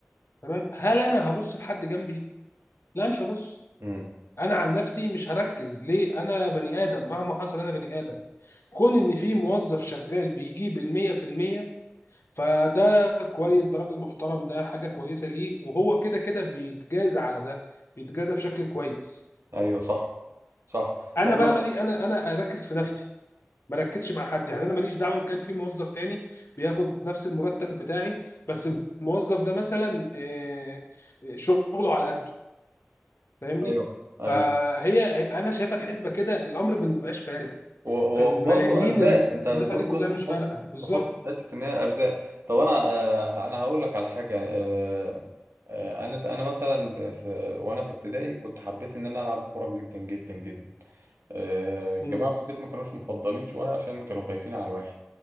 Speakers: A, on the left (about 75°); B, on the right (about 70°).
A: تمام هل انا هبص لحد جنبي لا مش هبص
B: امم
A: انا عن نفسي مش هركز ليه انا بني ادم مهما حصل انا بني ادم كون ان في موظف شغال بيجيب المية في المية فده كويس ده راجل محترم ده حاجة كويسة ليه وهو كده كده بيتجازى على ده بيتجازى بشكل كويس
B: ايوه صح صح
A: انا
B: طب انا
A: بقى مالي انا انا اركز في نفسي ما ركزش مع حد يعني انا ماليش دعوه ان كان في موظف تاني بياخد نفس المرتب بتاعي بس الموظف ده مثلا آه، آه، شغله على قده فاهمني
B: ايوه ايوه
A: فهي انا شايفه الحسبه كده الامر ما بيبقاش فارق
B: و- و-
A: في الملايين
B: وبرضه ارزاق
A: اللي
B: انت
A: بتندفع
B: برضه
A: دي كلها
B: لازم
A: مش
B: تحط
A: فارقه بالظبط
B: تحط في حته ان هي ارزاق طب انا آه، انا هقول لك على حاجه آه، آه، انا انا مثلا في وانا في ابتدائي كنت حبيت ان انا العب كوره جدا جدا جدا آه، الجماعه
A: امم
B: في البيت ما كانوش مفضلين شويه عشان كانوا خايفين على الواحد